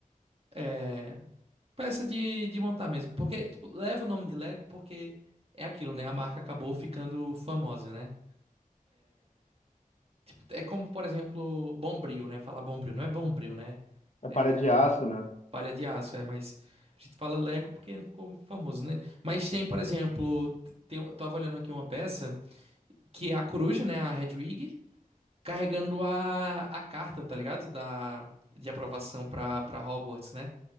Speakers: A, on the right (about 45°); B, on the left (about 55°).
A: é. Peça de, de montar mesmo. Porque, tipo, leva o nome de Lego porque é aquilo, né? A marca acabou ficando famosa, né? Tipo, é como, por exemplo, Bombril, né? Falar Bombril. Não é Bombril, né?
B: É Para de
A: É
B: Aço, né?
A: palha de aço, é. Mas a gente fala Lego porque ficou famoso, né? Mas tem, por exemplo, tem, eu tava olhando aqui uma peça que é a coruja, né? A Hedwig, carregando a, a carta, tá ligado? Da, de aprovação pra, pra Hogwarts, né?